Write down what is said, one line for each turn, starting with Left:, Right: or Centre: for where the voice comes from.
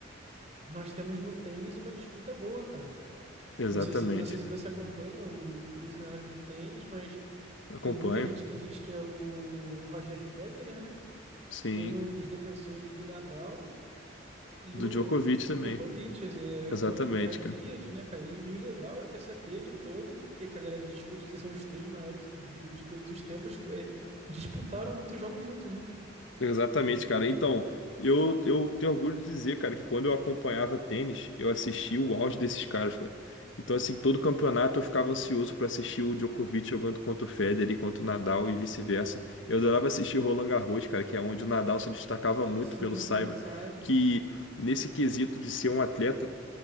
Right: nós temos no tênis uma disputa boa, cara.
Left: Exatamente,
Right: Não sei se, não sei se
Left: cara.
Right: você acompanha o, o cenário de tênis, mas
Left: Acompanho,
Right: Tem muita gente que diz que é o Roger Federer, né?
Left: sim.
Right: Tem o- os defensores do Nadal e
Left: Do
Right: o
Left: Djokovic
Right: Djokovic.
Left: também.
Right: quer dizer,
Left: Exatamente,
Right: É, é, é tríade,
Left: cara.
Right: né, cara? E, e o legal é que essa tríade toda, que, que a galera discute que são os três maiores do- de todos os tempos, é, disputaram muitos jogos juntos, né?
Left: Exatamente,
Right: Eles,
Left: cara.
Right: ele-
Left: Então, eu, eu tenho orgulho de dizer, cara, que quando eu acompanhava tênis, eu assistia o auge desses caras, cara. Então, assim, todo campeonato eu ficava ansioso pra assistir o Djokovic jogando contra o Federer, e contra o Nadal e vice-versa. Eu adorava assistir Roland Garros, cara, que é onde o Nadal se destacava muito
Right: sim,
Left: pelo saibro,
Right: no Saibro.
Left: que nesse quesito de ser um atleta,